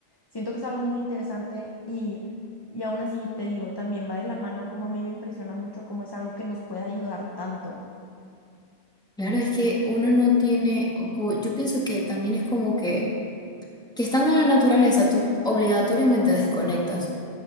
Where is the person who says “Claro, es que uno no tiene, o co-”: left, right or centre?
Centre